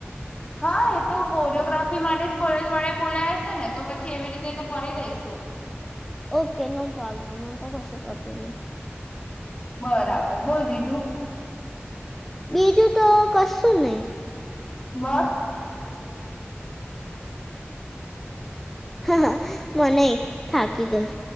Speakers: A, on the left (about 25°); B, in the centre.
A: હા એ તો ફોટોગ્રાફી માટે જ કોલેજ વાળા બોલાશે ને તો પછી એવી રીતે તો કરી દઈસ.
B: ઓકે નો પ્રોબ્લેમ મને તો કસો પ્રોબ્લેમ નહી.
A: બરાબર બોલ બીજું.
B: બીજું તો કશું નહી.
A: બ
B: હ, હ મને થાકી ગઈ.